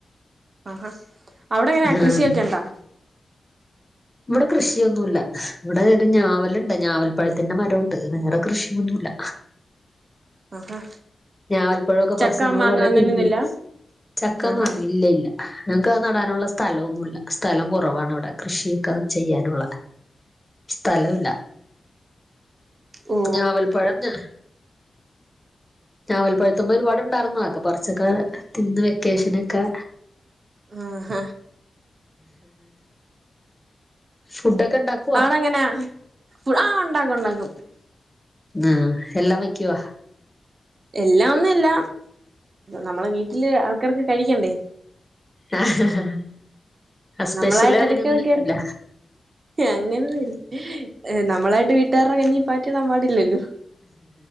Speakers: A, on the right (about 55°); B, on the left (about 15°).
A: ആഹാ അവിടെ എങ്ങനെ
B: ഉം
A: കൃഷിയൊക്കെ ഇണ്ടാ
B: ഇവിടെ കൃഷിയൊന്നുമല്ല ഇവിടെ ഞാവലുണ്ട് ഞാവൽപ്പഴത്തിന്റെ മരംണ്ട് വേറെ കൃഷിയൊന്നുല്ല
A: ആഹാ
B: ഞാൻ ഞാവൽപഴൊക്കെ പറിച്
A: ചക്ക
B: ങ്ങള്ൾ
A: മാങ്ങ
B: കൊറെ
A: അങ്ങനെയൊന്നുമില്ല
B: തിന്ന ചക്ക
A: ആഹാ
B: മാങ്ങ ഇല്ല ഇല്ല ഞങ്ങക്ക് അത് നടാനുള്ള സ്ഥലൊന്നുമല്ല സ്ഥലം കുറവാണ് ഇവിടെ കൃഷിയൊക്കത് ചെയ്യാനുള്ള സ്ഥലവുല്ല
A: ഓ
B: ഞാവൽപഴം ഞാ നാവൽപഴത്ത് മെ ഒരുപാട്ണ്ടായിര്ന്നു. അതൊക്കെ പറ്ച്ചെക്കെ തിന്ന് വെക്കേഷനൊക്കെ
A: ആഹ്ഹ
B: ഫുഡൊക്കെ ഇണ്ടാക്ക
A: ആളെഅങ്ങനെ ആഹ് ഉണ്ടാക്കു ഉണ്ടാക്കും
B: ആഹ് എല്ലാം വയ്ക്കുവ
A: എല്ലാം ന്നില്ല നമ്മളെ വീട്ടില് ആൾക്കാർക്ക് കഴിക്കേണ്ടേ
B: ആഹ് സ്പെഷ്യല്
A: നമ്മളായിട്ടെട്യ്ക്ക
B: അങ്ങനെയൊന്നും
A: <unintelligible>
B: വെക്കൂല
A: കേറ ഞങ്ങനൊന്നുല്ല നമ്മളായിട്ട് വീട്ടാര്ടെ കഞ്ഞി പാറ്റിടാൻ പാടില്ലല്ലോ